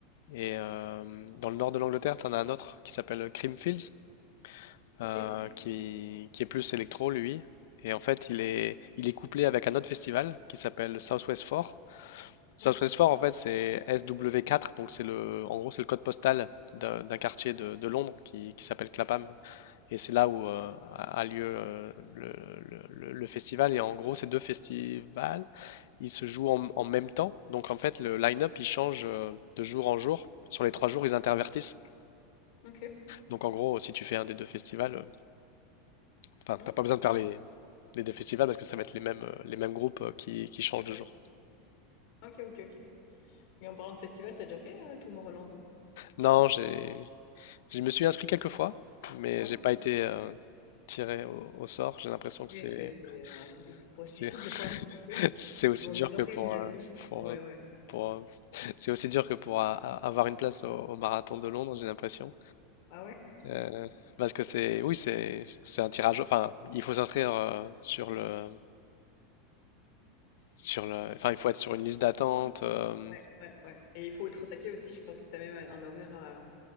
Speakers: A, on the left; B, on the left.
A: Et euh, dans le nord de l'Angleterre, t'en as un autre qui s'appelle euh, Creamfields.
B: Ok.
A: euh, qui, qui est plus électro, lui. Et en fait, il est, il est couplé avec un autre festival qui s'appelle Southwest 4. Southwest
B: Ouais.
A: Four en fait, c'est SW4, donc c'est le, en gros, c'est le code postal d'un d'un quartier de, de Londres qui, qui s'appelle Clapham. Et c'est là où euh, a a lieu euh, le, le- le- le festival. Et en gros, ces deux festivals, ils se jouent en, en même temps. Donc, en fait, le line-up, il change euh, de jour en jour. Sur les trois jours, ils intervertissent.
B: Ok.
A: Donc, en gros, si tu fais un des deux festivals, euh, Enfin,
B: Mmh.
A: t'as pas besoin de faire les, les deux festivals parce que ça va être les mêmes, euh, les mêmes groupes euh, qui, qui changent
B: D'accord.
A: de jour.
B: Ok, ok, ok. Et en parlant de festival, t'as déjà fait euh, Tomorrowland?
A: Non, j'ai, je me suis inscrit quelques fois, mais
B: Ouais.
A: j'ai pas été euh, tiré au, au sort. J'ai l'impression
B: Oui,
A: que c'est,
B: c'est c'est un truc de fou pour essayer
A: c'est,
B: <laughs> d'avoir des tickets.
A: <laughs> c'est aussi
B: Ça demande
A: dur
B: une organisation.
A: que pour, euh, pour,
B: Ouais,
A: euh,
B: ouais.
A: pour, euh, c'est aussi dur que pour a- a- avoir une place au, au marathon de Londres, j'ai l'impression.
B: Ah ouais?
A: Euh, parce que c'est, oui, c'est, c'est un tirage. Enfin, il faut s'inscrire euh, sur le, sur le, enfin, il faut être sur une liste d'attente. euh.
B: Ouais, ouais, ouais. Et il faut être au taquet aussi, je pense que t'as même un horaire à,